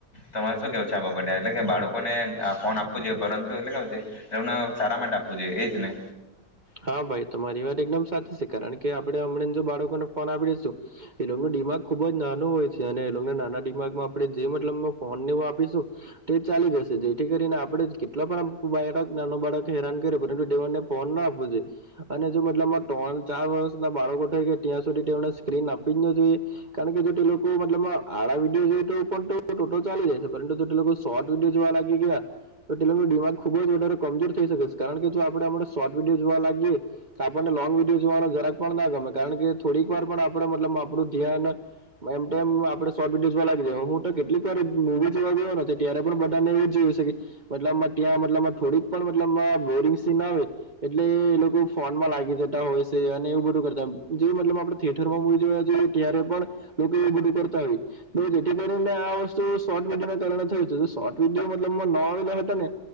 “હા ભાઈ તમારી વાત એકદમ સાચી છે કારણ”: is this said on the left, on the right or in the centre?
Right